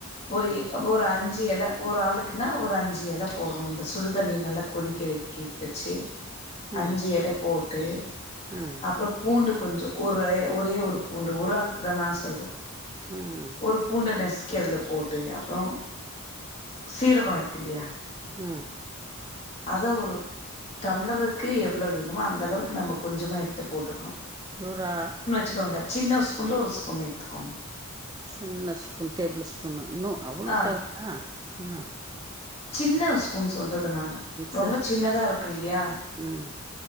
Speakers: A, on the left; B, on the right.
A: ஒரு ஒரு அஞ்சு எல ஒரு ஆளுக்குன்னா ஒரு அஞ்சு எல போட்ரோ அந்த சுடுதண்ணி நல்லா கொதிக்க வெக் வெச்சு
B: ம்
A: அஞ்சு எல போட் ட்டு
B: ம்
A: அப்புறோ பூண்டு கொஞ்சோ ஊருர ஒரே ஒரு பூண்டு ஒரு ஆளுக்கு தா நா சொல்ற
B: ம்
A: ஒரு பூண்ட நஸ் கி அதுல போட்டு அப்புறோ சீரகம் இருக்கில்லையா
B: ம்
A: அத ஒரு டம்ளருக்கு எவ்ளோ வேணுமோ அந்த அளவுக்கு நம்ம கொஞ்சமா எடுத்து போட்டுக்கனு
B: துறா
A: வெச்சுக்கோங்க சின்ன ஸ்பூன்ல ஒரு ஸ்பூன் எடுத்துக்கோங்க
B: சின்ன ஸ்பூன் டேபிள் ஸ்பூனு இன்னு அவ்ளோ
A: ஆ
B: சே அ அ
A: சின்ன ஸ்பூன் சொல்ற து நானு ரொம்ப
B: சரி
A: சின்னதா இருக்கில்லியா
B: ம்